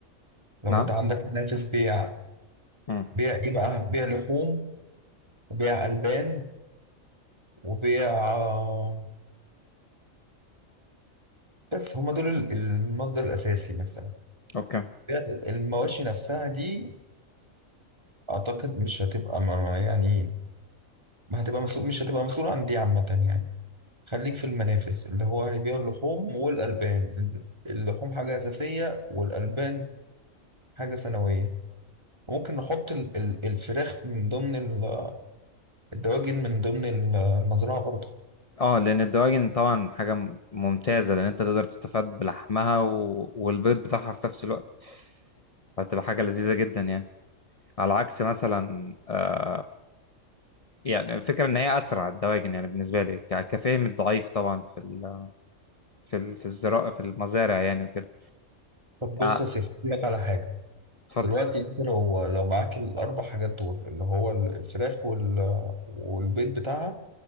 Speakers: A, on the right (about 20°); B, on the left (about 30°).
A: لو
B: نعم
A: انت عندك منافذ بيع
B: مم.
A: بيع ايه بقى بيع لحوم وبيع ألبان وبيع آه، بس هما دول ال- المصدر الأساسي مثلا
B: أوكي
A: بيع المواشي نفسها دي أعتقد مش هتبقى ما- يعني ما هتبقى مسؤول مش هتبقى مسؤول عن دي عامة يعني خليك في المنافس اللي هو هيبيعوا اللحوم والألبان اللحوم حاجة أساسية والألبان حاجة ثانوية ممكن نحط ال- ال- الفراخ من ضمن ال- الدواجن من ضمن ال- المزرعة برضه
B: اه لأن الدواجن طبعا حاجة م- ممتازة لأن أنت تقدر تستفاد بلحمها و... والبيض بتاعها في نفس الوقت فهتبقى حاجة لذيذة جدا يعني على عكس مثلا آه، يعني الفكرة إن هي أسرع الدواجن يعني بالنسبة لي ك- كفهم الضعيف طبعا في ال... في ال... في الزراعة في المزارع يعني وكده
A: طب بص
B: آه،
A: يا سيف أقول لك على حاجة
B: اتفضل
A: دلوقتي انت لو لو معاك الأربع حاجات دول اللي هو ال- الفراخ وال- والبيض بتاعها